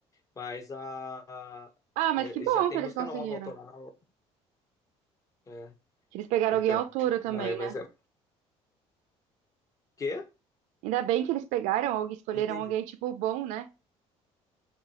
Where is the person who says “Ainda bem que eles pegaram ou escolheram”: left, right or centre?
Right